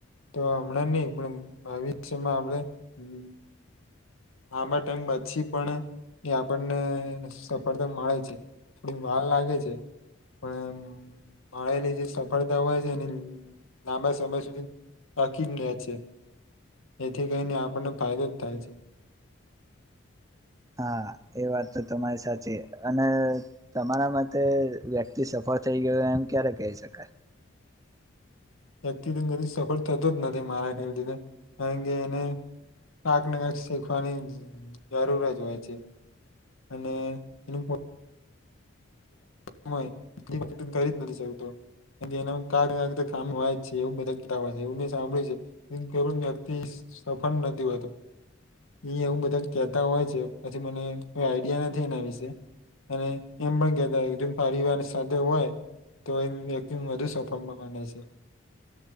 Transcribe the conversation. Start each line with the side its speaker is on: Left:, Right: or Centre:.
Left: તો હમણાં નહી પણ ભવિષ્યમાં આપડે હહ લાંબા ટાઈમ પછી પણ એ આપણને સફળતા મળે છે. થોડી વાર લાગે છે. પણ મળેલી જે સફળતા હોય છે એની લાંબા સમય સુધી ટકી જ ને છે. એથી કહીને આપણને ફાયદો જ થાય છે.
Right: હા એ વાત તો તમારી સાચી. અને તમારા મતે વ્યક્તિ સફળ થઈ ગયો એમ ક્યારે કહી શકાય?
Left: વ્યક્તિ કદી સફળ થતો જ નથી મારા ખ્યાલથી તો કારણ કે એને કાક ને કાક શીખવાની જરૂર જ હોય છે. અને એનું પોત નું હોય <inaudible> કરી જ નથી શકતો. કાર કે એના કાક ને કાક તો ખામી હોય છે એવું બધા કેતા હોય છે એવું મેં સાંભળ્યું છે. કર વ્યક્તિ સફન નથી હોતો. એ એવું બધા જ કેહેતા હોય છે. પછી મને કોઈ આઈડિયા નથી એના વિશે. અને એમ પણ કેતા હોય જેમ પરિવાર સાથે હોય તો એમ વ્યક્તિ વધુ સફળ માને છે.